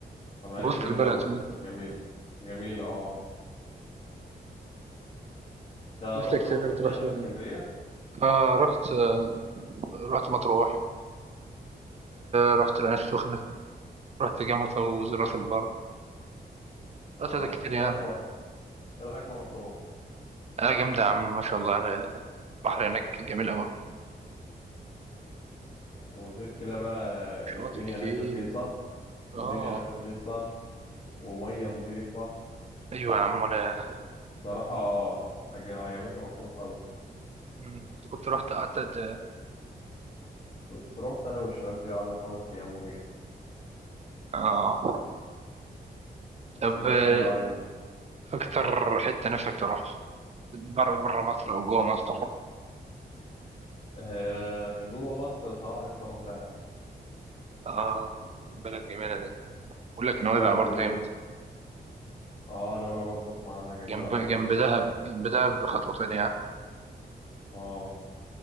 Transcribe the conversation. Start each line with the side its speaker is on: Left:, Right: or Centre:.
Left: فما
Right: وسط
Left: هياش بعيدة
Right: البلد
Left: وجميل جميلة اه أنت رحت
Right: نفسك تسافر
Left: مصيف تاني
Right: تروح
Left: غير
Right: فين
Left: اسكندرية؟
Right: اه رحت آه، رحت مطروح ورحت العين السخنة رحت جامعة وراس البر رحت
Left: اه
Right: حاجات
Left: بس
Right: كتير
Left: إيه
Right: يعني
Left: رأيك في م- إيه رأيك في مطروح؟
Right: اه جامدة يا عم ما شاء الله يعني البحر هناك جميل أوي
Left: وغير كده بقى
Right: شواطئ
Left: الدنيا
Right: كتير
Left: هناك رخيصة
Right: اه
Left: والدنيا هناك رخيصة ومية نظيفة
Right: أيوة يا عم أنا
Left: بصراحة عج- عجبتني مطروح أوي
Right: مم، كنت رحت قعدت قد-
Left: كنت رحت أنا والشباب كده قعدنا خمس أيام وجينا
Right: اه
Left: بس
Right: طب
Left: كانت
Right: آه،
Left: حاجة عالية
Right: أكتر حتة نفسك تروح بره بره مصر او جوه مصر
Left: آه جوه مصر بصراحة نفسي أروح دهب
Right: اه بلد جميله دي بقول لك نويبع
Left: دهب
Right: برضه
Left: بيقولوا
Right: جنب
Left: اه نويبع برضه أسمع عنها جميلة
Right: جنب
Left: أوي
Right: جنب
Left: برضه
Right: دهب جنب دهب بخطوتين يعني
Left: اه